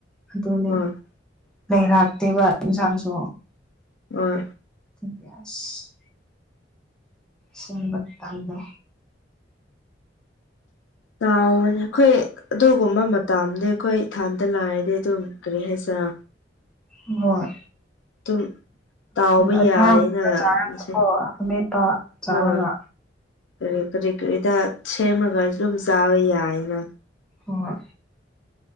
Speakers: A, in the centre; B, on the left.
A: ꯑꯗꯨꯅꯦ
B: ꯍꯣꯏ
A: ꯂꯩꯔꯛꯇꯦꯕ ꯏꯟꯁꯥꯡꯁꯨ
B: ꯑꯣ
A: <inaudible> ꯁꯦꯝꯕ ꯇꯜꯂꯦ
B: ꯇꯥꯎꯕꯅꯦ ꯑꯩꯈꯣꯏ ꯑꯗꯨꯒꯨꯝꯕ ꯃꯇꯥꯝꯗꯤ ꯑꯩꯈꯣꯏ ꯏꯊꯥꯟꯗ ꯂꯥꯏꯔꯗꯤ ꯑꯗꯨꯝ ꯀꯔꯤ ꯍꯥꯏꯁꯤꯔ
A: ꯃꯣꯏ
B: ꯇꯨꯝ ꯇꯥꯎꯕ
A: ꯑꯆꯥꯔꯒꯨꯝꯕ
B: ꯌꯥꯌꯦꯅ
A: ꯆꯥꯔꯒꯀꯣ
B: ꯑꯃꯁꯦ
A: ꯑꯃꯦꯠꯄ ꯆꯥꯔꯒ
B: ꯍꯣꯏ ꯀꯔꯤ ꯀꯔꯤ ꯀꯔꯤꯗ ꯁꯦꯝꯔꯒꯥ ꯑꯗꯨꯝ ꯆꯥꯕ ꯌꯥꯏꯅ
A: ꯍꯣꯏ